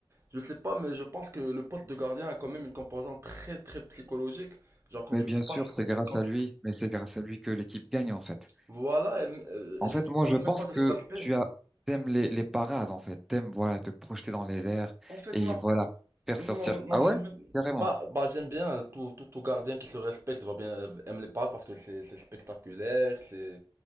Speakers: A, on the right (about 30°); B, in the centre.
A: Je sais pas, mais je pense que le poste de gardien a quand même une composante très très psychologique. Genre quand
B: Mais
A: je
B: bien
A: fais pas,
B: sûr, c'est grâce
A: quand-
B: à lui. Mais c'est grâce à lui que l'équipe gagne, en fait.
A: voilà, et, euh,
B: En
A: je
B: fait,
A: te
B: moi,
A: parle
B: je pense
A: même pas de
B: que
A: cet aspect.
B: tu as, t'aimes les, les parades, en fait. T'aimes, voilà, te projeter dans les airs
A: En fait,
B: et
A: non,
B: voilà, faire
A: non,
B: sortir.
A: non,
B: Ah
A: c'est
B: ouais?
A: même,
B: Carrément.
A: c'est- bah, bah j'aime bien tout, tout, tout gardien qui se respecte, va bien euh, aime les parcs parce que c'est c'est spectaculaire, c'est